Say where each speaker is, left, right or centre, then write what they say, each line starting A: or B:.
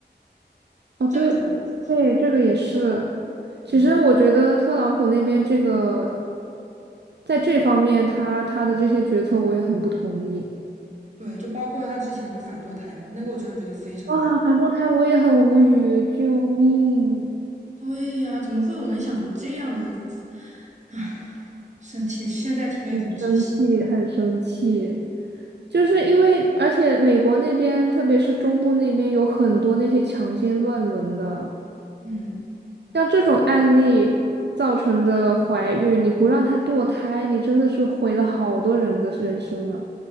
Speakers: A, on the right; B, on the right.
A: 哦，对
B: 这个是我支持的。
A: 对，这个也是。其实我觉得特朗普那边这个
B: 嗯，
A: 在这方面他，他的这些决策我也很不同意。
B: 对，就包括他之前就反堕胎嘛，那个我真的觉得非常的，
A: 哇，反堕胎我也很无语，救命！
B: 对呀，怎么会有人想出这样的？唉，是现现在提到也很窒息。
A: 很生气，很生气。就是因为，而且美国那边，特别是中部那边，有很多那些强奸乱伦的，
B: 嗯，
A: 像这种案例造成的怀孕，你不让她堕胎，你真的是毁了好多人的人生啊！